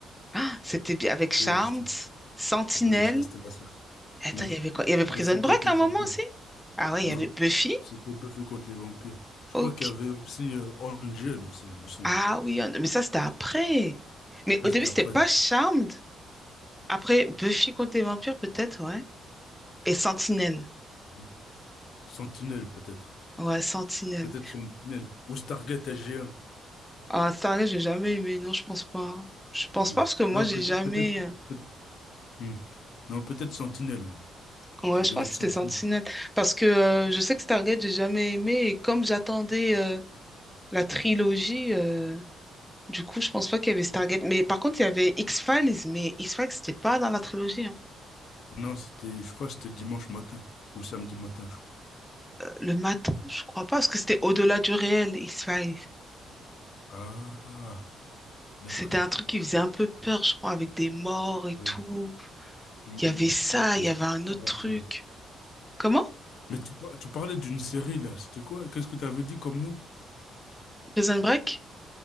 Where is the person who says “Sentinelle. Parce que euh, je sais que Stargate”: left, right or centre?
Centre